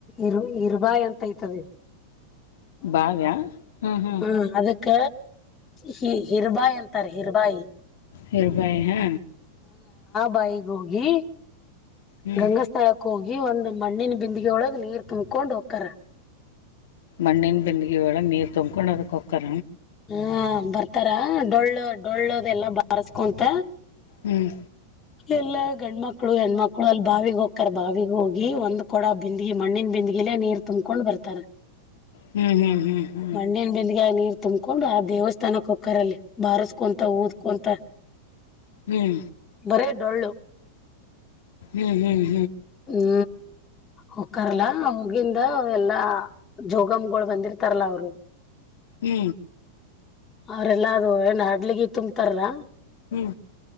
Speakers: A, on the left; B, on the left.
A: ಇರು ಇರುಬಾಯಿ ಅಂತ ಇಐತದ
B: ಬಾವ್ಯಾ ಹ್ಮ್ ಹ್ಮ್
A: ಹೂ ಅದಕ್ಕ ಹಿ ಹಿರ್ಬಾಯಿ ಅಂತರ ಹಿರ್ಬಾಯಿ
B: ಹಿರ್ಬಾಯ ಹ
A: ಬಾಯಿಗೆ ಹೋಗಿ
B: ಹ್ಮ್
A: ಗಂಗಾಸ್ಥಳಕ್ಕ ಹೋಗಿ ಒಂದು ಮಣ್ಣಿನ ಬಿಂದಿಗೆ ಒಳಗ ನೀರ್ ತುಂಬ್ಕೊಂಡ್ ಹೋಗ್ತಾರ
B: ಮಣ್ಣಿನ್ ಬಿಂದಿಗೆ ಒಳಗ್ ನೀರ್ ತೊಂಬ್ಕೊಂಡ್ ಅದಕ್ ಒಕ್ಕರ್.
A: ಹಾ ಬರ್ತಾರ ಡೊಳ್ಳು ಡೊಳ್ಳು ಅದೆಲ್ಲ ಬಾರ್ಸ್ಕೊಂತ
B: ಹ್ಮ್
A: ಎಲ್ಲ ಗಂಡ್ಮಕ್ಳು ಹೆಣ್ಮಕ್ಳು ಅಲ್ಲಿ ಬಾವಿಗ್ ಹೋಕರ್ ಬಾವಿಗ ಹೋಗಿ ಒಂದ್ ಕೊಡ ಬಿಂದಗಿ ಮಣ್ಣಿನ ಬಿಂದಗಿಲೆೇ ನೀರ್ ತುಂಬ್ಕೊಂಡ್ ಬರ್ತಾರ
B: ಹ್ಮ್ ಹ್ಮ್ ಹ್ಮ್ ಹ್ಮ್ ಹ್ಮ್
A: ಮಣ್ಣಿನ್ ಬಿಂದ್ಯಾಗ್ ನೀ ತುಂಬಕೊಂಡು ಆ ದೇವಸ್ಥಾನಕ್ ಹೊಕ್ಕರಲ್ಲಿ ಬಾರಸ್ಕೊಂತ ಊದ್ಕೊಂತ
B: ಹ್ಮ್
A: ಬರೇ ಡೊಳ್ಳು
B: ಹ್ಮ್ ಹ್ಮ್ ಹ್ಮ್ ಹ್ಮ್ ಹ್ಮ್ ಹ್ಮ್
A: ಹೂ ಹೊಕ್ಕರಲ್ಲ ಮುಗಿಂದ ಎಲ್ಲಾ ಜೋಗಮ್ಗಳು ಬಂದಿರ್ತಾರಲ್ಲ ಅವ್ರು
B: ಹೂ
A: ಅವ್ರೆಲ್ಲಾ ಅದು ಏನ್ ಹಡ್ಲಿಗಿ ತುಂಬ್ತಾರಲ್ಲಾ
B: ಹೂ